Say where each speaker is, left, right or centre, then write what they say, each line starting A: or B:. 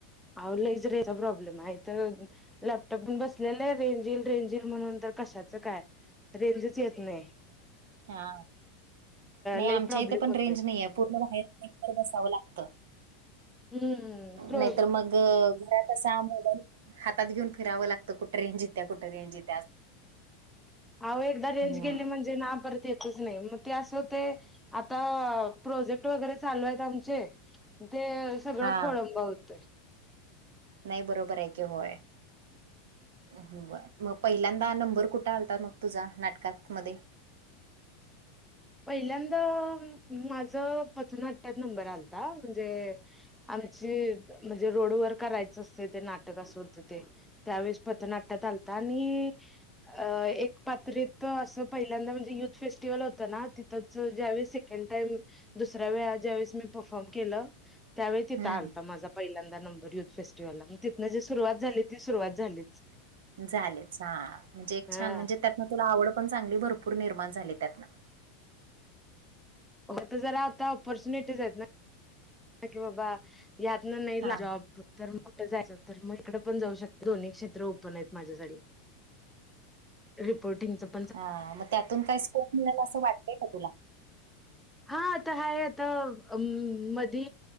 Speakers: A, in the centre; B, on the right.
A: आहो लयच रेंजचा प्रॉबलेम हाय इथ, लॅपटॉप घेऊन बसलेलं रेंज रेंज म्हणून तर कशाचं काय? रेंजच येत नाही.
B: हा नाही
A: लई
B: आमच्या
A: प्रॉब्लेम
B: इथे पण
A: होतोय
B: रेंज नाही आहे. पूर्ण बाहेर कुठं तर बसावं लागत
A: हम्म प्रो
B: नाहीतर मग घरात. कसा मोबाईल हातात घेऊन फिरावं लागतं कुठें रेंज येतीया कुठ रेंज येतीया.
A: आहों एकदा रेंज
B: हम्म
A: गेली म्हणजे ना पर.. येतच नाही मग ते असं ते आता प्रोजेक्ट वगैरे चालू आहेत आमचे. ते सगळं
B: हा
A: खोळंब होतंय.
B: नाही बरोबर की होय. मग पहिल्यांदा नंबर कुठं आलता मग तुझा नाटकामध्ये,
A: पहिल्यांदा माझ पथनाट्यात नंबर आलाता म्हणजे? आमचे म्हणजे रोडवर करायचं असते ते नाटक अस होतं ते, त्यावेळेस पथनाट्यात आल! आणि अ एक पात्रित असं पहिल्यांदा म्हणजे युथ फेस्टिवल होतं ना? तिथंच ज्यावेळेस सेकंड टाईम दुसऱ्या वेळा ज्यावेळेस मी परफॉर्म केलं. त्यावेळी तिथ
B: हम्म
A: आलता माझा? पहिल्यांदा नंबर युथ फेस्टिव्हलला मग तिथं जी सुरुवात झाली ती सुरुवात झालीच.
B: झालेच ह म्हणजे एक
A: हा
B: छान म्हणजे त्यातन तुला आवड पण चांगली भरपूर निर्माण झाली त्यातन?
A: हो तर जरा होता ऑपॉर्च्युनिटीज आहेत की यातन नाही
B: हा
A: जॉब, तर मग कुठं तर मग इकडे पण जाऊ शकते दोन्ही क्षेत्र आहेत माझ्यासाठी, रिपोर्टिंगचा,
B: हां, मग त्यातून काय स्कोप मिळेल असं वाटतय का तुला,
A: हा आता आहे आता म, धी